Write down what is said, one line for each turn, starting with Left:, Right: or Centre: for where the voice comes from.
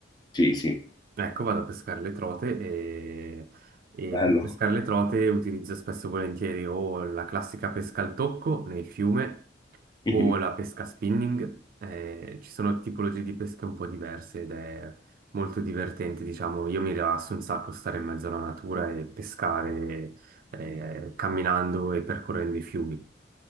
Left: Sì, sì,
Right: Ecco, vado a pescare le trote e... E
Left: bello.
Right: per pescare
Left: <laughs>
Right: le trote utilizzo spesso e volentieri o la classica pesca al tocco nel fiume o
Left: Mhm.
Right: la pesca spinning. Eh, ci sono tipologie di pesche un po' diverse ed è molto divertente, diciamo. Io mi rilasso un sacco stare in mezzo alla natura e pescare eh, camminando e percorrendo i fiumi.